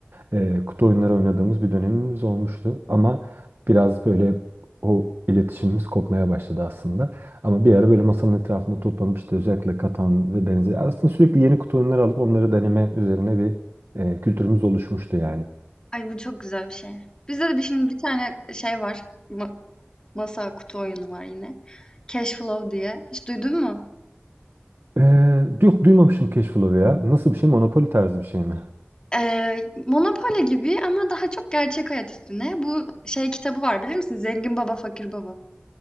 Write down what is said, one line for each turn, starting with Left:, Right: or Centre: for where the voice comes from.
Right: eee, kutu oyunları oynadığımız bir dönemimiz olmuştu. Ama biraz böyle o iletişimimiz kopmaya başladı aslında. Ama bir ara böyle masanın etrafında toplanıp işte özellikle Katan ve benzeri aslında sürekli yeni kutu oyunları alıp onları deneme üzerine bir eee, kültürümüz oluşmuştu yani.
Left: Ay, bu çok güzel bir şey. Bizde de bir şimdi bir tane şey var, ma masa, kutu oyunu var yine. Cash Flow diye. Hiç duydun mu?
Right: Eee, yok duymamışım Cash Flow'u ya. Nasıl bir şey? Monopoly tarzı bir şey mi?
Left: Eee, Monopoly gibi ama daha çok gerçek hayat üstüne. Bu şey kitabı var bilir misin? Zengin Baba Fakir Baba